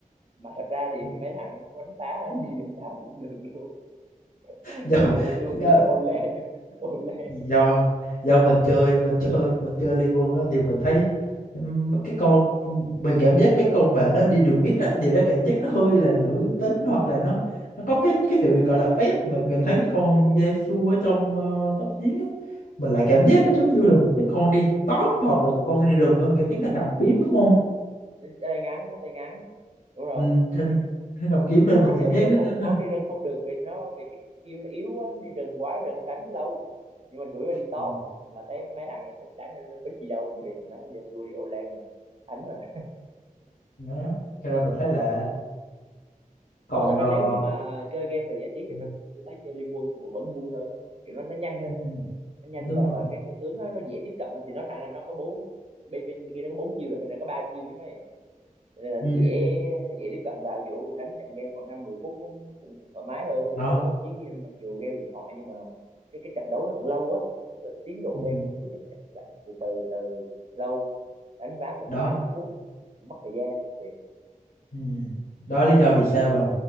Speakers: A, on the right; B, on the left.
A: mà thật ra thì
B: <laughs>
A: mấy thằng quánh phá <laughs> đi đường nào cũng được luôn Giờ người
B: do,
A: Zagreanu
B: do
A: đi Olen Olen
B: do do mình chơi mình chơi mình chơi Liên Quân á thì mình thấy ừm, cái con mình cảm giác mấy con mà nó đi đường bít á thì nó cảm giác nó hơi là nữ tính hoặc là nó nó có cái cái sự gọi là phép mà nhìn thấy cái con Yasuo ở trong ờ, tóc chiến á mình lại cảm giác nó giống như là một cái con đi top hoặc là một con đi rừng hơn cảm giác
A: <laughs> ừ,
B: nó cầm
A: ừ.
B: kiếm đúng không
A: tay ngắn tay ngắn đúng rồi
B: ừ, trên nó cầm kiếm nên
A: con
B: mình
A: nó thì
B: cảm
A: đi
B: giác
A: rừng
B: nó,
A: không
B: nó, nó
A: con đi rừng không được vì nó vì cái skill nó yếu quá nó đi rừng quái rừng đánh lâu nhưng mà chủ yếu là đi top
B: ừ,
A: mà thấy mấy thằng này thích đánh nên bính gì đâu đi mà giờ xua đi Olen mà đánh mà
B: đó cho nên mình thấy là còn
A: không mà thật
B: ờ,
A: ra nếu như mà chơi game mà giải trí thì
B: ừ,
A: ra tôi, tôi thấy chơi Liên Quân vẫn vui hơn á. kiểu nó nó nhanh hơn
B: ừ,
A: á. nó nhanh
B: đúng
A: và
B: rồi
A: và cái con tướng nó, nó dễ tiếp cận á. thì nó thằng là nó có bốn bên bên kia nó có bốn chiêu là bên này có ba chiêu chứ mấy nên là nó
B: ừ,
A: dễ dễ tiếp cận vào dù đánh trận game khoảng năm 10 phút cũng cũng, thoải mái hơn
B: đó
A: dù chơi cái tốc chiến game, mặc dù game điện thoại nhưng mà cái cái trận đấu nó vẫn lâu á cái tiến độ
B: ừ.
A: game nó cũng cứ chậm chậm chậm từ từ từ lâu đánh ván một
B: đó
A: phải hai chục phút mất thời gian thiệt
B: ừ. đó là lý do vì sao mà